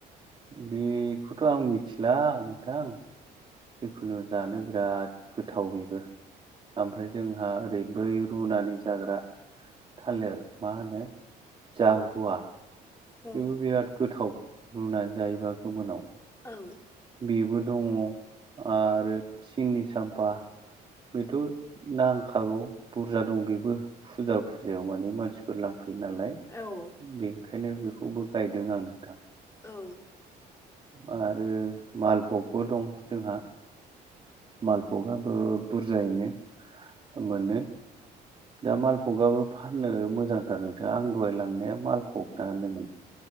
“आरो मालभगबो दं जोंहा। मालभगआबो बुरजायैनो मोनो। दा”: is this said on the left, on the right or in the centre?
Right